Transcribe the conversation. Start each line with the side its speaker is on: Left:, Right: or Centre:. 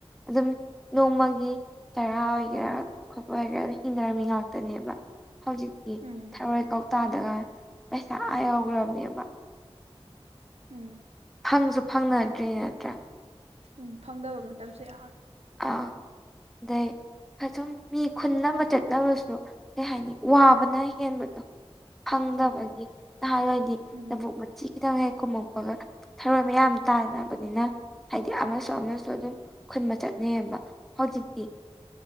Centre: ꯑꯗꯨꯝ ꯅꯣꯡꯃꯒꯤ ꯆꯔꯥ ꯑꯣꯏꯒꯦꯔꯥ ꯈꯣꯠꯄ ꯑꯣꯏꯒꯦꯔꯥ ꯍꯤꯡꯟꯅꯔꯝꯃꯤ ꯉꯥꯛꯇꯅꯦꯕ ꯍꯧꯖꯤꯛꯇꯤ
Right: ꯎꯝ
Centre: ꯊꯔꯣꯏ ꯀꯧꯇꯥꯗꯒ ꯄꯩꯁꯥ ꯑꯥ ꯌꯥꯎꯈ꯭ꯔꯕꯅꯦꯕ
Right: ꯎꯝ
Centre: ꯐꯪꯁꯨ ꯐꯪꯅꯗ꯭ꯔꯦ ꯅꯠꯇ꯭ꯔꯥ
Right: ꯎꯝ ꯐꯪꯗꯕ ꯃꯇꯝꯁꯨ ꯌꯥꯎꯋꯦ
Centre: ꯑꯥ ꯑꯗꯩ ꯑꯗꯨꯝ ꯃꯤ ꯈꯨꯟꯅꯕ ꯆꯠꯂꯕꯁꯨ ꯀꯩ ꯍꯥꯏꯅꯤ ꯋꯥꯕꯅ ꯍꯦꯟꯕꯗꯣ ꯐꯪꯗꯕꯒꯤ
Right: ꯎꯝ
Centre: ꯅꯍꯥꯟꯋꯥꯏꯗꯤ
Right: ꯎꯝ
Centre: ꯂꯕꯨꯛ ꯃꯆꯤ ꯈꯤꯇꯪ ꯍꯦꯛ ꯀꯨꯝꯃꯛꯄꯒ ꯊꯔꯣꯏ ꯃꯌꯥꯝ ꯇꯥꯅꯕꯅꯤꯅ ꯍꯥꯏꯗꯤ ꯑꯃꯁꯨ ꯑꯃꯁꯨ ꯑꯗꯨꯝ ꯈꯨꯟꯕ ꯆꯠꯅꯩꯌꯦꯕ ꯍꯧꯖꯤꯛꯇꯤ